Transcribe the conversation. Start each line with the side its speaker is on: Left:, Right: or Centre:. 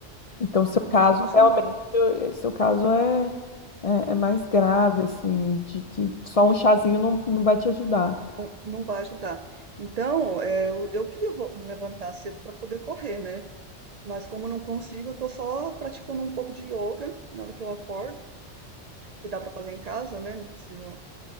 Left: Então, seu
Right: não
Left: caso
Right: tá funcionando.
Left: realmente, eh, seu caso é, é, é mais grave,
Right: é,
Left: assim, de que só um chazinho não, não vai te ajudar.
Right: não, não vai ajudar. Então, é, eu, eu queria vo- levantar cedo pra poder correr, né? Mas como eu não consigo, eu tô só praticando um pouco de yoga na hora que eu acordo, que dá pra fazer em casa, né? Não preciso,